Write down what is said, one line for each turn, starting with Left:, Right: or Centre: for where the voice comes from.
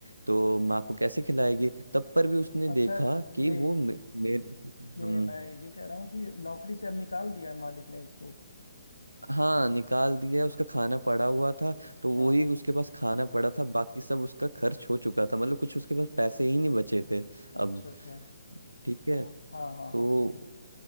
Right: तो माँ को कैसे खिलाएगी तब पर भी उसने
Left: अच्छा
Right: देखा कि
Left: ये
Right: वो मे, मे,
Left: ये
Right: हम,
Left: मैं ये कह रहा हूँ कि नौकरी से अब निकाल दिया है मालिक ने उसको
Right: हाँ निकाल दिया उसका खाना पड़ा हुआ था तो वही
Left: हाँ हाँ
Right: उसके पास खाना पड़ा था बाकी सब उसका खर्च हो चुका था मतलब कुछ उसके पास पैसे ही नहीं बचे थे अब
Left: अच्छा अच्छा
Right: ठीक है
Left: हाँ हाँ हाँ
Right: तो
Left: हाँ ठीक है